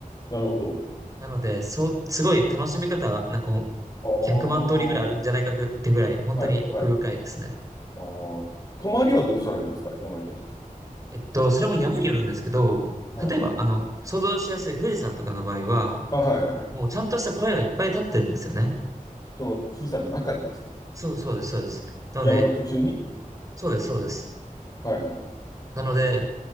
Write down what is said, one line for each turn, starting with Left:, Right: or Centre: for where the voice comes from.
Left: なるほど。
Right: なので、そう、すごい楽しみ方、なんか
Left: ああ、
Right: 100万通りぐらいあるんじゃないかってぐらい、本当に奥深いですね。
Left: はい、はい。ああ、泊まりはどうされるんですか山行ったとき。
Right: えっと、それも山によるんですけど、
Left: はい。
Right: 例えば、あの、想像しやすい富士山とかの場合は、
Left: あ、はい、はいはい。
Right: もうちゃんとした小屋がいっぱい立ってるんですよね。
Left: その、富士山の中にですか
Right: そうそうです、そうです。なので、
Left: 山の途中に
Right: そうです、そうです。
Left: はい、はい。
Right: なので、